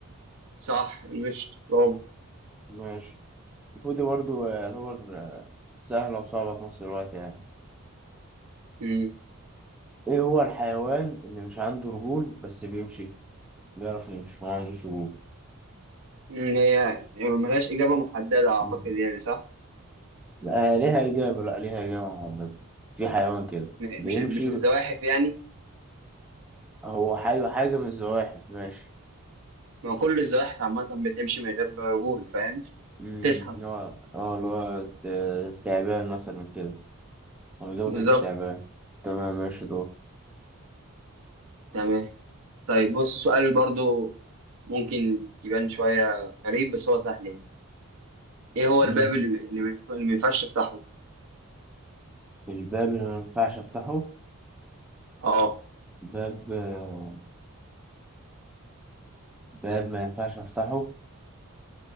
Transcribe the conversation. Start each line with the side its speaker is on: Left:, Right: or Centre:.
Right: صح مش برافو
Centre: ماشي ودي برضو يعتبر سهلة وصعبة في نفس الوقت يعني
Right: مم.
Centre: إيه هو الحيوان اللي مش عنده رجول بس بيمشي بيعرف يمشي ما عندوش رجول
Right: مم، هي يعني ملهاش إجابة محددة أعتقد
Centre: مم.
Right: يعني صح
Centre: لا ليها إجابة لا ليها إجابة محددة في حيوان كده
Right: مش
Centre: بيمشي
Right: مش الزواحف يعني
Centre: هو حي حاجة من الزواحف ماشي
Right: ما هو كل الزواحف عامة بتمشي من غير رجول فاهم
Centre: مم،
Right: تسحب
Centre: هو اه اللي هو الت- التعبان مثلا كده هو إجابة
Right: بالظبط
Centre: كانت التعبان تمام ماشي
Right: تمام طيب بص سؤال برضو ممكن يبان شوية غريب بس هو سهل يعني إيه هو
Centre: دور
Right: الباب اللي اللي ما ينفعش تفتحه؟
Centre: مش باب اللي ما ينفعش افتحه
Right: أه
Centre: باب آه، باب ما ينفعش افتحه